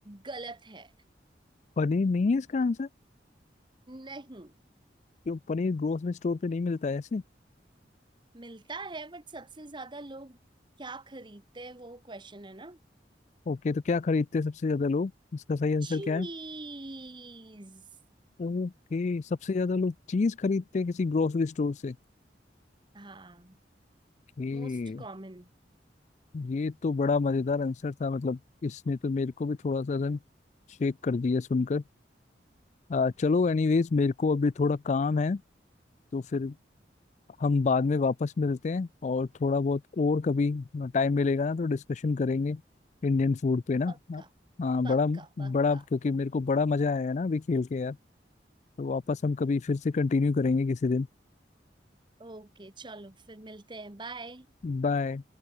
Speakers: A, on the right; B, on the left.
A: गलत है
B: पनीर नहीं है इसका आंसर
A: नहीं
B: क्यों पनीर ग्रोसरी स्टोर पे नहीं मिलता है ऐसे
A: मिलता है बट सबसे ज्यादा लोग क्या खरीदते हैं वो क्वेश्चन है ना
B: ओके तो क्या खरीदते हैं सबसे ज्यादा लोग इसका सही आंसर
A: चीज
B: क्या है ओके सबसे ज्यादा लोग चीज खरीदते हैं किसी ग्रोसरी स्टोर से
A: हाँ
B: ये
A: Most common
B: ये तो बड़ा मजेदार आंसर था मतलब इसने तो मेरे को भी थोड़ा सा रन शेक कर दिया सुनकर आ, चलो एनीवेज मेरे को अभी थोड़ा काम है तो फिर हम बाद में वापस मिलते हैं और थोड़ा बहुत और कभी टाइम मिलेगा ना तो डिस्कशन करेंगे इंडियन फूड पे ना
A: पक्का
B: हाँ
A: पक्का
B: बड़ा
A: पक्का
B: बड़ा क्योंकि मेरे को बड़ा मजा आया ना अभी खेल के यार तो वापस हम कभी फिर से कंटिन्यू करेंगे किसी दिन
A: ओके चलो फिर मिलते हैं बाय
B: बाय